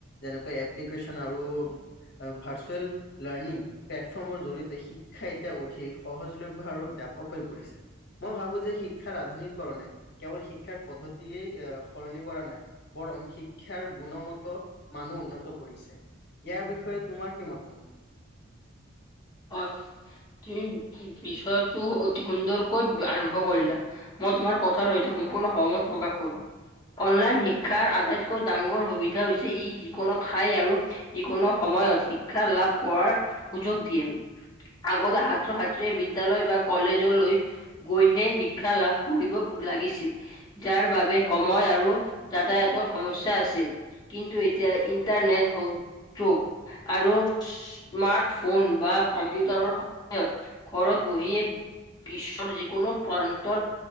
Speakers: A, on the left; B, on the left.
A: যেনেকৈ এপ্লিকেশ্যন আৰু ভাৰ্চুৱেল লাৰ্ণিং প্লেটফৰ্মৰ জৰিয়তে শিক্ষা এতিয়া অধিক সহজলভ্য আৰু ব্যাপ পক হৈ পৰিছে। মই ভাবো যে শিক্ষাৰ আধুনিককৰণে কেৱল শিক্ষাৰ পদ্ধ তিয়েই এ সলনি কৰা নাই, বৰং শিক্ষাৰ গুণমত মানু উন্নত কৰিছে। ইয়াৰ বিষয়ে তোমাৰ কি মতামত?
B: হয়, তুমি বিষয়টো অতি সুন্দৰকৈ আৰম্ভ কৰিলা। মই তোমাৰ কথাৰ সৈতে সম্পূৰ্ণ সহমত প্ৰকাশ কৰোঁ। অনলাইন শিক্ষাৰ আটাইতকৈ ডাঙৰ সুবিধা ধা হৈছে ই যিকোনো ঠাই আৰু যিকোনো সময়ত শিক্ষা লাভ কৰাৰ সুযোগ দিয়ে। আগতে ছাত্ৰ-ছাত্ৰীয়ে বিদ্যালয় বা কলেজলৈ গৈহে শিক্ষা লাভ কৰিব লাগিছিল। যাৰ বাবে সময় আৰু যাতায়াতৰ সমস্যা আছিল। কিন্তু এতিয়া ইন্টাৰনেট হ'ল <unintelligible> আৰু স্মাৰ্ট ফোন বা কম্পিউটাৰৰ সহায়ত ঘৰত বহিয়ে বিশ্বৰ যিকোনো প্ৰান্তৰ